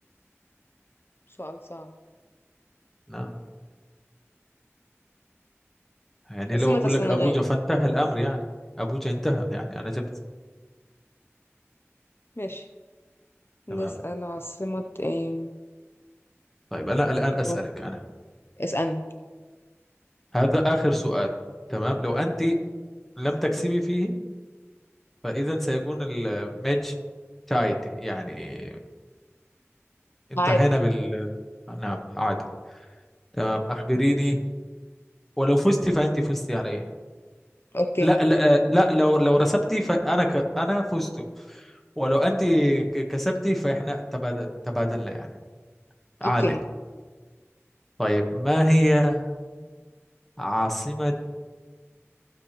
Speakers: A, on the left; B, in the centre.
A: سؤال صعب
B: نعم يعني
A: عاصمة
B: لو أقول
A: السنغال
B: لك أبوجا فانتهى الأمر يعني أبوجا انتهى يعني أنا جبت
A: ماشي نسأل
B: تمام
A: عاصمة ايه
B: طيب أنا الآن
A: بالظبط.
B: أسألك أنا
A: اسألني
B: هذا آخر سؤال تمام لو أنت لم تكسبي فيه فإذا سيكون الماتش تايد يعني انتهينا
A: تعادل
B: بال نعم عادل تمام أخبريني ولو فزت فأنت فزت علي
A: اوكي
B: لا لا لا لو لو رسبتي فانا ك... انا فزت ولو انت ك- كسبتي فاحنا تبادل تبادلنا يعني عادل
A: اوكي
B: طيب ما هي عاصمة